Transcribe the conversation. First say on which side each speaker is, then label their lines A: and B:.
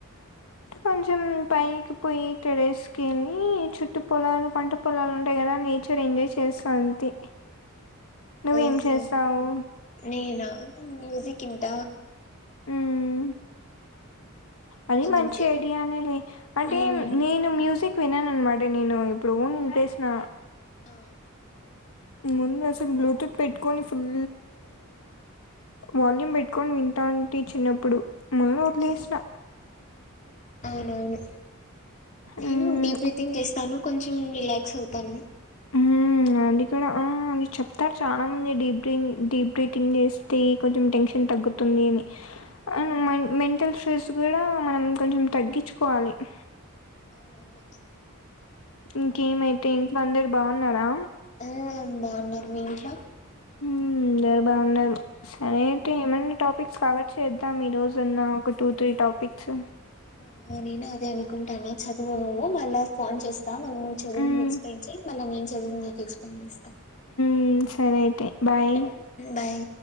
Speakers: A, on the left; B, on the left.
A: కొంచెం పైకి పోయి టెర్రస్ కెళ్ళి చుట్టు పొలాలు పంట పొలాలు ఉంటాయి కదా నేచర్ ఎంజాయ్ చేస్త అంతే నువ్వేం
B: ఓహో
A: చేస్తావు
B: నేనా మ్యూజిక్ వింట
A: మ్మ్. అది మంచి
B: అంతే
A: ఐడియా నే లే అంటే
B: హ్మ్
A: నేను మ్యూజిక్ వినను అనమాట నేను ఎప్పుడో నింపేసిన
B: ఆ
A: ముందు అసలు బ్లూటూత్ పెట్టుకొని ఫుల్ వాల్యూమ్ పెట్టుకొని వి వింటాంటి చిన్నప్పుడు మల్ల వది
B: అవును.
A: లేసిన
B: అవునవును నేను
A: మ్మ్
B: డీప్ బ్రీతింగ్ చేస్తాను కొంచెం రిలాక్స్ అవుతాను
A: ఆ అది కూడా ఆ అది చెప్తారు చాలా మంది డీప్ బ్రీ డీప్ బ్రీతింగ్ చేస్తే కొంచెం టెన్షన్ తగ్గుతుంది అని అండ్ మెంటల్ స్ట్రెస్ కూడా మనం కొంచెం తగ్గించుకోవాలి అ
B: అవునవును
A: ఇంకేం అయితే ఇంట్లో అందరు బాగున్నారా
B: ఆ బాగున్నారు మీ ఇంట్లో
A: మ్మ్ అందరు బాగున్నారు సరే అయితే ఏమన్నా టాపిక్స్ రావచ్చు చేద్దాం ఈ రోజు అన్న ఒక టూ త్రీ టాపిక్స్
B: అ ఆ నేను అదే అనుకుంటాన్న చదువు నువ్వు మళ్ళ ఫోన్ చేస్తాను అన్ని నువ్వు చదువింది
A: మ్మ్
B: ఎక్స్ ప్లెయిన్ చేయి మళ్ళ నినే చదివింది నీకు ఎక్స్ ప్లెయిన్ చేస్తా
A: మ్మ్ సరే అయితే బాయ్
B: <unintelligible> ఉన్నాయి